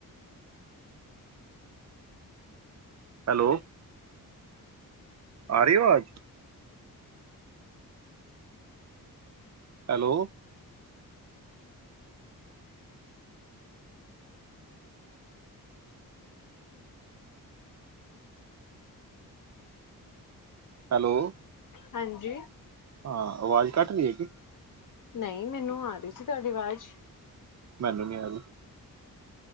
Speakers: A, on the right; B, on the left.
A: hello ਆ ਰਹੀ ਵਾਜ ਹੈਲੋ ਹੈਲੋ
B: ਹਾਂਜੀ।
A: ਹਾਂ ਆਵਾਜ਼ ਕੱਟ ਰਹੀ ਹੈਗੀ।
B: ਨਹੀਂ ਮੈਨੂੰ ਆ ਰਹੀ ਸੀ ਤੁਹਾਡੀ ਆਵਾਜ਼
A: ਮੈਨੂੰ ਨੀ ਆ ਰਹੀ।